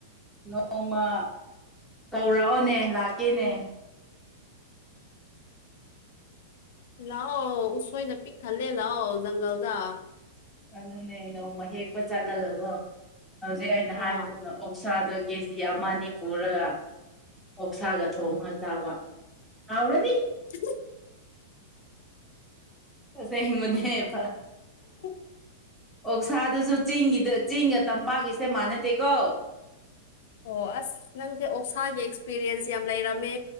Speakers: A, in the centre; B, on the left (about 55°).
A: ꯅꯣꯡꯃ ꯀꯧꯔꯛꯑꯣꯅꯦ ꯂꯥꯛꯀꯦꯅꯦ
B: ꯂꯥꯛꯑꯣ ꯎꯁꯣꯏꯅ ꯄꯤꯛ ꯈꯜꯂꯦ ꯂꯥꯛꯑꯣ ꯖꯪꯒꯜꯗ
A: ꯑꯗꯨꯅꯦ ꯅꯣꯡꯃ ꯍꯦꯛꯄ ꯆꯠꯂꯒꯒꯣ ꯍꯧꯖꯤꯛ ꯑꯩꯅ ꯍꯥꯏꯕꯒꯗ
B: ꯑꯥ
A: ꯑꯣꯞꯁꯥꯗ ꯀꯦ ꯖꯤ ꯑꯃ ꯑꯅꯤ ꯄꯨꯔꯒ ꯑꯣꯛꯁꯥꯒ ꯊꯣꯡꯒ ꯆꯥꯕ ꯍꯥꯎꯔꯅꯤ
B: ꯁꯤ
A: ꯁ ꯃꯅꯦ ꯄ
B: ꯎ
A: ꯑꯣꯛꯁꯥꯗꯨꯁꯨ ꯆꯤꯡꯒꯤꯗ ꯆꯤꯡꯒ ꯇꯝꯄꯥꯛꯀꯤꯁꯦ ꯃꯥꯟꯅꯗꯦꯀꯣ
B: ꯑꯣ ꯑꯁ ꯅꯪꯁꯦ ꯑꯣꯛꯁꯥꯒꯤ ꯑꯦꯛꯁꯄꯤꯔꯤꯌꯦꯟꯁ ꯌꯥꯝ ꯂꯩꯔꯝꯃꯦ